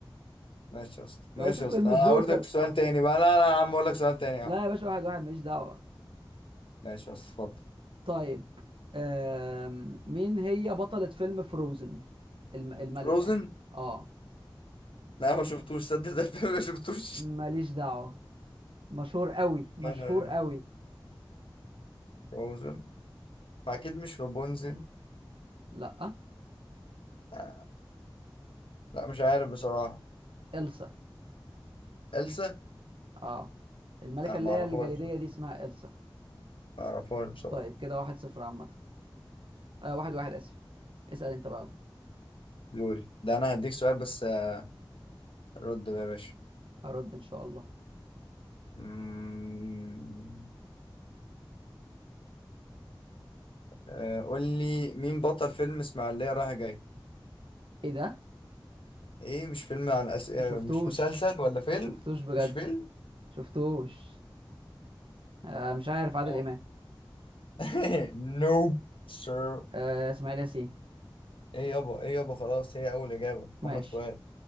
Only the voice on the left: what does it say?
ماشي يا اسطى
ماشي
يا اسطى
انا هقول لك سؤال تاني بقى لا لا يا عم اقول لك سؤال تاني يا
عم
ماشي يا اسطى اتفضل
فروزن
لا ما شفتوش صدق ده الفيلم ما شفتوش
<laughs> لا لا
فروزن اكيد مش رابونزل
آه، لا مش عارف بصراحه
إلسا
لا
ما
اعرفهاش
ما اعرفهاش بصراحه
دوري ده انا هديك سؤال بس آه، رد بقى يا باشا
مم. آه، قول لي مين بطل فيلم اسماعيلية رايح جاي
ايه مش فيلم عن أس... آه،
مش مسلسل ولا فيلم
مش فيلم
اه
<laughs> نوب سير
ايه يابا ايه يابا خلاص هي اول اجابة
محمد فؤاد